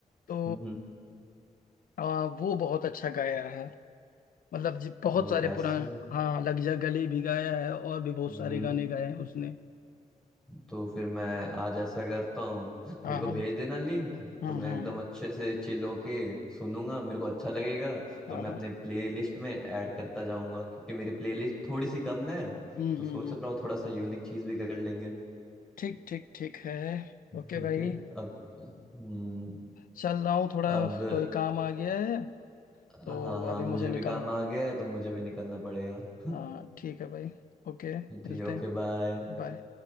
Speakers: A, on the left; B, in the centre.
A: तो
B: हम्म
A: अ, वो बहुत अच्छा गाया है मतलब जी बहुत
B: ओ
A: सारे
B: ऐसे
A: पुराने हाँ लग जा गले भी गाया है और भी बहुत
B: हम्म
A: सारे गाने गाए हैं उसने
B: तो फिर मैं आज ऐसा करता हूँ
A: हाँ
B: मेरे को
A: हाँ
B: भेज देना लिंक
A: हम्म
B: तो मैं
A: हम्म
B: एकदम
A: हम्म
B: अच्छे से चिल होके सुनूंगा मेरे को अच्छा लगेगा तो
A: हाँ
B: मैं
A: हाँ
B: अपने प्लेलिस्ट में ऐड करता जाऊंगा क्योंकि मेरी प्लेलिस्ट थोड़ी सी कम है
A: हम्म
B: तो
A: हम्म
B: सोच
A: हम्म
B: रहा हूँ थोड़ा सा यूनिक चीज भी कर लेंगे
A: ठीक ठीक ठीक है ओके
B: ठीक
A: भाई
B: है अब हम्म
A: चल रहा हूँ थोड़ा
B: अब
A: कोई काम आ गया है
B: हाँ
A: तो
B: हाँ हाँ,
A: अभी
B: मुझे
A: मुझे निकल
B: भी काम आ गया है तो मुझे भी निकलना पड़ेगा <laughs>
A: हाँ ठीक है भाई ओके मिलते
B: ठीक है ओके
A: हैं
B: बाय
A: बाय